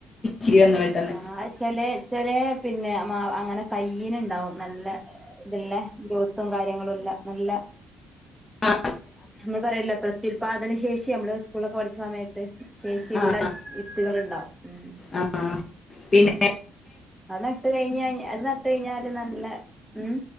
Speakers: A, on the left; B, in the centre.
A: ചിരി വന്നു പെട്ടെന്ന്
B: ആഹ് ചെലെ ചെലേ പിന്നെ മാവ് അങ്ങനെ കയ്യിനിണ്ടാവും നല്ല ഇതിള്ളേ ഗ്രോത്തും കാര്യങ്ങളും എല്ലാം നല്ല
A: ആ
B: നമ്മൾ പറയുവല്ലൊ പ്രത്യുല്പാദന ശേഷി നമ്മള് സ്കൂൾളൊക്കെ പഠിച്ച സമയത്ത് ശേഷിയുള്ള
A: ആ
B: ട്ടികളുണ്ടാവും ഉം
A: ആ പിന്നെ
B: അത് നട്ട് കഴിഞ്ഞാ അത് നട്ട് കഴിഞ്ഞാല് നല്ല ഉം